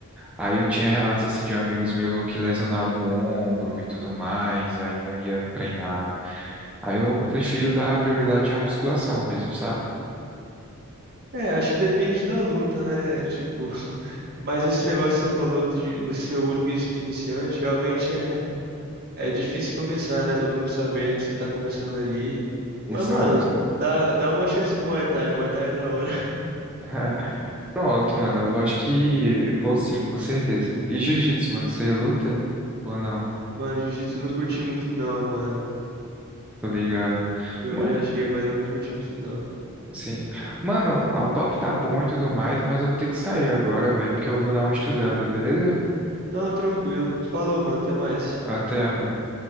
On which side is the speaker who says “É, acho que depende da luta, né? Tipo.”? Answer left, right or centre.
Right